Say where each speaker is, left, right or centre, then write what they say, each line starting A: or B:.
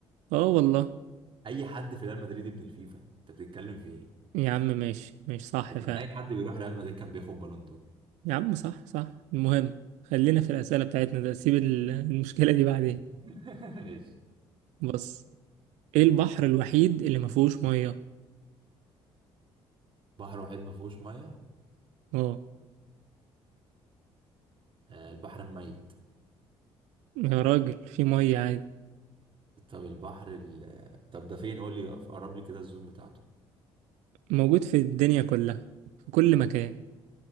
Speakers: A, on the right; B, on the right.
A: اه والله
B: اي حد في ريال مدريد ابن الفيفا انت بتتكلم في ايه
A: يا عم ماشي ماشي صح
B: ده كان
A: فعلا
B: اي حد بيروح ريال مدريد كان بياخد بالون دور
A: يا عم صح صح المهم خلينا في الأسئلة بتاعتنا ده سيب ال- المشكلة دي بعدين
B: <laughs> ماشي
A: بص ايه البحر الوحيد اللي ما فيهوش مية
B: بحر واحد ما فيهوش ميه
A: اه
B: آه، البحر الميت
A: يا راجل في مية عادي
B: طب البحر ال... آه، طب ده فين قول لي قرب لي كده الزوم بتاعته
A: موجود في الدنيا كلها في كل مكان